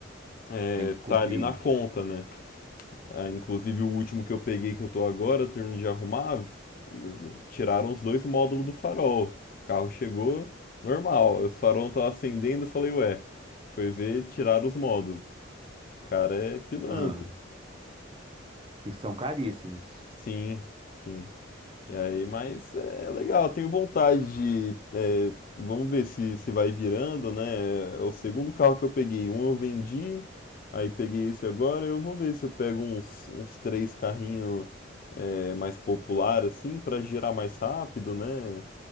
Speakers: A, on the left; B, on the right.
A: é,
B: Tem que
A: tá
B: cobrir.
A: ali na conta, né? Ah, inclusive o último que eu peguei que eu tô agora, terminando de arrumar, tiraram os dois módulos do farol. O carro chegou normal, o farol não tava acendendo, eu falei, ué, foi ver, tiraram os módulos. Os cara é pilantra.
B: Ah, que são caríssimos.
A: Sim, sim. E aí, mas é é legal, tenho vontade de. é, vamos ver se, se vai virando, né? É o segundo carro que eu peguei. Um eu vendi, aí peguei esse agora. Eu vou ver se eu pego uns, uns três carrinhos é, mais popular assim, pra girar mais rápido, né?